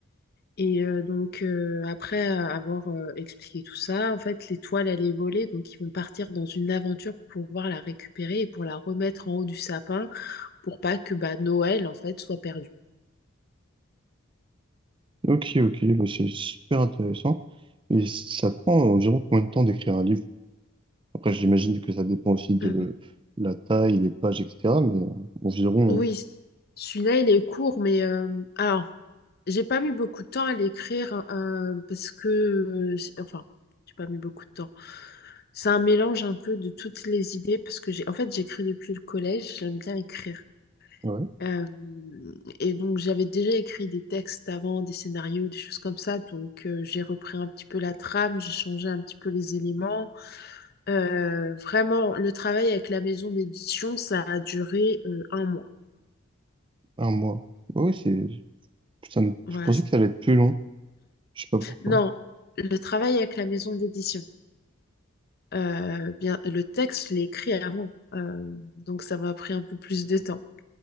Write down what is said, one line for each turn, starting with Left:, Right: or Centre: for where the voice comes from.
Left: Et euh, donc, euh, après avoir euh, expliqué tout ça, en fait, l'étoile, elle est volée. Donc, ils vont partir dans une aventure pour pouvoir la récupérer et pour la remettre en haut du sapin pour pas que bah, Noël, en fait, soit perdu.
Right: Ok, ok, bah, c'est super intéressant. Et ça te prend environ combien de temps d'écrire un livre? Après, j'imagine que ça dépend aussi de
Left: Euh,
Right: la taille, les pages, etc. Mais environ,
Left: oui, celui-là, il est court, mais euh, alors, j'ai pas mis beaucoup de temps à l'écrire euh, parce que, euh, c'est- enfin, j'ai pas mis beaucoup de temps. C'est un mélange un peu de toutes les idées parce que j'ai, en fait, j'écris depuis le collège, j'aime bien écrire.
Right: hein. Ouais.
Left: Euh, et donc j'avais déjà écrit des textes avant, des scénarios, des choses comme ça. Donc euh, j'ai repris un petit peu la trame, j'ai changé un petit peu les éléments. Euh, vraiment, le travail avec la maison d'édition, ça a duré euh, un mois.
Right: Un mois. Ouais, c'est, ça me-
Left: Voilà.
Right: je pensais que ça allait être plus long. Je sais pas pourquoi.
Left: Non, le travail avec la maison d'édition. Euh, bien, le texte, je l'ai écrit avant. Euh, donc ça m'a pris un peu plus de temps.